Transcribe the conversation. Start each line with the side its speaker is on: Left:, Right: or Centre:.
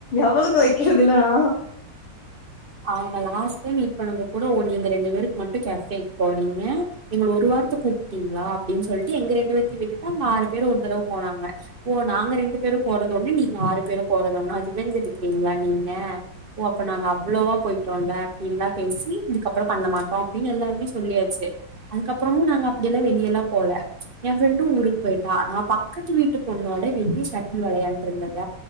Left: எவ்வளுக்கு வெக்கிறது இல்ல நா.
Right: ஆமால்ல ஆ. மீட் பண்ணறது கூட ஓ நீங்க ரெண்டு பேருக்கு மட்டும் கெஃபேக்கு போறீங்க. எங்கள ஒரு வார்த்த கூப்பிட்டீங்களா அப்படின்னு சொல்லிட்டு எங்க ரெண்டு பேத்தையும் விட்டு அங்க ஆறு பேரும் ஒரு தடவ போனாங்க. ஓ நாங்க ரெண்டு பேரும் போறது ஒன்னு நீங்க ஆறு பேரும் போறது ஒன்னா அதுவே எடுக்கறீங்களா நீங்க ஓ. அப்ப நாங்க அவ்வளோவா போயிட்டோல்ல அப்படின்ல்லா பேசி இதுக்கப்புறோ பண்ண மாட்டோ அப்படின்னு எல்லாருமே சொல்லியாச்சு. அதுக்கப்புறமு நாங்க அப்படியெல்லா வெளிய எல்லா போல. என் ஃப்ரெண்டு ஊருக்கு போயிட்டா நா பக்கத்து வீட்டு பொண்ணோட வெளிய ஷட்டில் விளையாண்டுட்டு இருந்தத